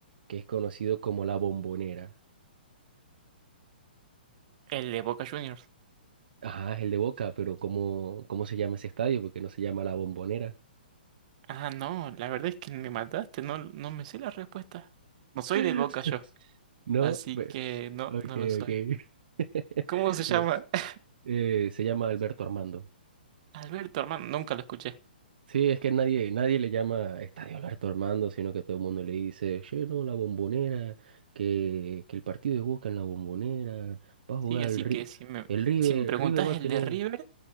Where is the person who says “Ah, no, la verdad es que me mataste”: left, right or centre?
Right